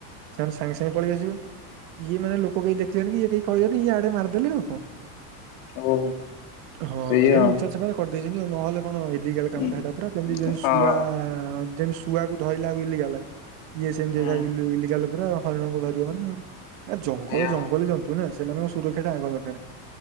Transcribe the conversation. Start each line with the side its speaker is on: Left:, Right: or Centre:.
Right: ସେମାନେ ସାଙ୍ଗେ ସାଙ୍ଗେ ପଳେଇଆସିବେ। ଇଏ ମାନେ ଲୋକ କେହି ଦେଖିଲେଣି କି ଇଏ କେହି କହିଲେନି ଇଏ ଆଡେ ମାରିଦେଲି ଆଉ କଣ?
Left: ହଉ
Right: ହଁ
Left: ସେଇ
Right: ଏଇ
Left: ଆଉ।
Right: ଲୁଚାଛପାରେ କରିଦେଇଛନ୍ତି ନହେଲେ କଣ ଇଲିଗାଲ
Left: ହୁଁ
Right: କାମଟା ହେଲା ପୁରା ଯେମତି ଯେମିତି
Left: ହଁ
Right: ଶୁଆ ଯେମତି ଶୁଆକୁ ଧଇଲା ଆ ଇଲିଗାଲ। ଇଏ ସେମିତି
Left: ହୁଁ
Right: ଇଲିଗାଲ ପୁରା ହରିଣଙ୍କୁ ଧରିବ ମାନେ ଜଙ୍ଗଲ
Left: ସେଇଆ।
Right: ଜଙ୍ଗଲ ତୁ ନା ସେମାନଙ୍କ ସୁରକ୍ଷା ଟା ଆଗ ଦରକାର।